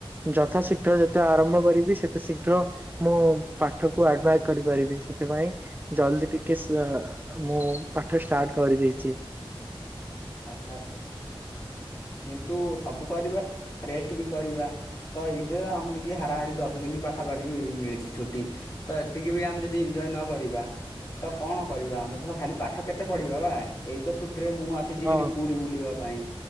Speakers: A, on the right; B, on the left.
A: ଯଥା ଶୀଘ୍ର ଯେତେ ଆରମ୍ଭ କରିବି ସେତେ ଶୀଘ୍ର ମୁଁ ପାଠକୁ ଆଡଭାଇସ୍ କରିପାରିବି ସେଥିପାଇଁ ଜଲଦି ଟିକେ ଶୁଆ ମୁଁ ପାଠ ଷ୍ଟାର୍ଟ କରିଦେଇଚି।
B: ଆଚ୍ଛା ଆଚ୍ଛା। କିନ୍ତୁ ସବୁ କରିବା ରେଷ୍ଟ ବି କରିବା। ତ ଏଇଟିରେ ଆମ ଟିକେ ହାରାହାରି ଦଶ ଦିନ ପାଖାପାଖି ମିଳିଚି। ଛୁଟି ତ ଏତିକି ବି ଆମେ ଯଦି ଏଞ୍ଜଏ ନ କରିବା ତ କଣ କରିବା ଆମେ ତ ତ ଖାଲି ପାଠ କେତେ ପଢିବା ବା ଏଇ ତ ଛୁଟି ରେ ମୁଁ ଆସିଚି
A: ହଁ
B: ହେରି ପୁରୀ ବୁଲିବା ପାଇଁ।